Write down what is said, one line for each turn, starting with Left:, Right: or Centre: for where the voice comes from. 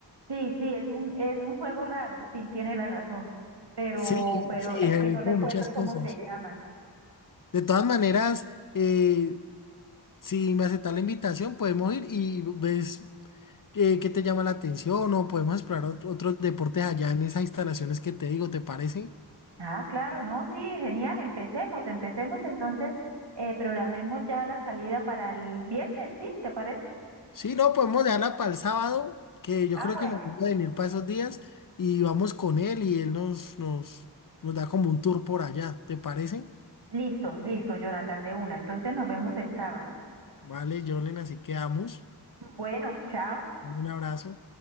Right: Sí, sí, es un, es un juego raro, sí, tiene la razón, pero,
Left: Sí,
Right: pero
Left: sí,
Right: es
Left: hay
Right: que no recuerdo
Left: como muchas
Right: cómo
Left: cosas.
Right: se llama.
Left: De todas maneras, eh, Si me aceptas la invitación, podemos ir y ves eh, qué te llama la atención o podemos explorar otro- otros deportes allá en esas instalaciones que te digo, ¿te parece?
Right: Ah, claro, no, sí, genial, empecemos, empecemos entonces, eh, programemos ya la salida para el viernes, ¿sí? ¿Te parece?
Left: Sí, no, podemos dejarla para el sábado, que yo
Right: Ah,
Left: creo
Right: bueno,
Left: que me gusta venir para esos días y vamos con él y él nos, nos, nos da como un tour por allá, ¿te parece?
Right: listo, listo, Jonathan, de una, entonces nos vemos el sábado.
Left: Vale, Jorlen, así quedamos.
Right: Bueno, chao.
Left: Dale Un abrazo.